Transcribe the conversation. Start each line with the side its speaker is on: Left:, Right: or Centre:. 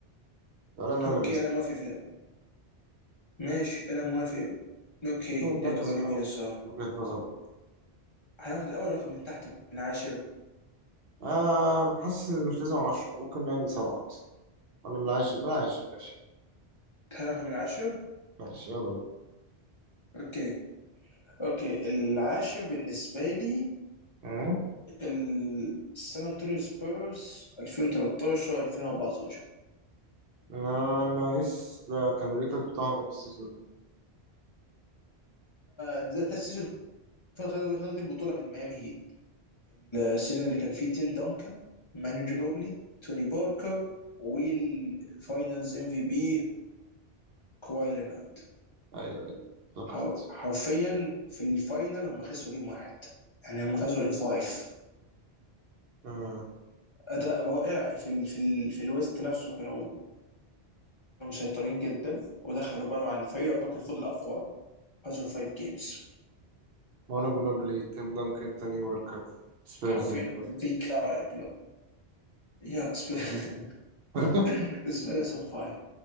Right: تعالى نعمل
Left: أوكي
Right: ليست
Left: أنا موافق في... ماشي أنا موافق أوكي
Right: مين المركز
Left: دي هتبقى
Right: الأول
Left: جميلة الصراحة
Right: من وجهة نظرك؟
Left: هناخد الأول رقم من تحت من عشرة
Right: آه حاسس إن مش لازم عشرة ممكن نعمل سبعة بس ولا بلاش بلاش ماشي
Left: هناخد من عشرة
Right: ماشي يلا بينا
Left: أوكي اوكي العاشر بالنسبه لي
Right: آه
Left: ال- سان انطونيو سبيرز 2013 2014
Right: آه، نايس ده كان الريكورد بتاعهم إيه في السيزون ده؟
Left: ده ده السيزون اللي خدوا خدوا فيه البطوله من ميامي هيت السيزون اللي كان فيه تيم دانكن مانو جروبلي توني باركر والفاينلز ام في بي كواي لينارد
Right: أيوه أيوه افتكرت
Left: حر- حرفيا في الفاينل هم خسروا جيم واحد يعني هم فازوا ان فايف
Right: آه.
Left: اداء رائع في ال في ال في الويست نفسه كانوا كانوا مسيطرين جدا ودخلوا بقى مع الفريق اللي يعتبر كان فضل اقوى هزم 5 جيمز
Right: مانو جنوبلي تيم دانكن تاني واركر سبيرز
Left: حرفيا
Right: إن فايف
Left: ذي كلارا كلوب يا سبيرز
Right: <laughs>
Left: ان فايف